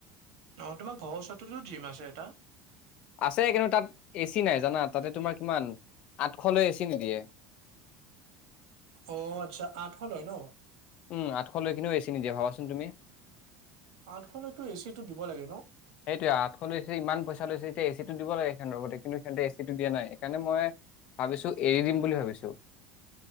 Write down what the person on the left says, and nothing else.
আছে কিন্তু তাত এ চি নাই জানা তাতে তোমাৰ কিমান আঠশলৈ এ চি নিদিয়ে।
উম আঠশ লৈকেনেও এ চি নিদিয়ে ভাবাচোন তুমি।
সেইটোয়ে আঠশ লৈছে ইমান পইচা লৈছে এতিয়া এ চি টো দিব লাগে সেখন লগতে কিন্তু সিঁতে এ চিটো দিয়া নাই সকাৰণে মই ভাবিছো এৰি দিম বুলি ভাবিছো।